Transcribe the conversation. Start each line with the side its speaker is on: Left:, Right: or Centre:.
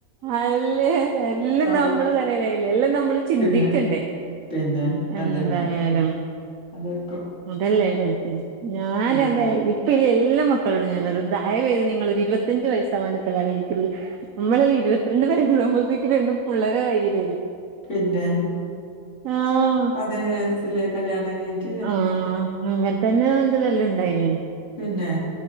Right: അല്ല എല്ലാം
Left: ആ,
Right: നമ്മള് തലയിലായിലേ എല്ലാം നമ്മള് ചിന്തിക്കണ്ടേ
Left: പിന്നെ പിന്നെ
Right: എന്തായാലും
Left: അതന്നെ അതൊക്കെ
Right: അതല്ലേ ഞാന
Left: അതെ
Right: ന്താ... ഇപ്പെ എല്ലാ മക്കളോടും ഞാൻ പറിൽ ണ്ട് ദയവ്യ്ത് നിങ്ങളൊരിരുപത്തഞ്ചു വയസ്സ ആവാതെ കല്ലിയാണം കഴിക്കരുത്.. മ്മളെല്ലാ ഇരുപത്തി രണ്ട് വയസ്സായപ്പഴ്ത്തേക്ക് രണ്ടും പുള്ളേരാ കയ്യിത്തെരും
Left: പിന്നെ
Right: ആഹ്
Left: രസല്ലേ കല്യാണം കയ്ഞ്ഞിട്ട്
Right: ആഹ് അങ്ങനെ തന്നെ എന്തോ വെല്ലോം ഇണ്ടായിനേന്
Left: പിന്നെ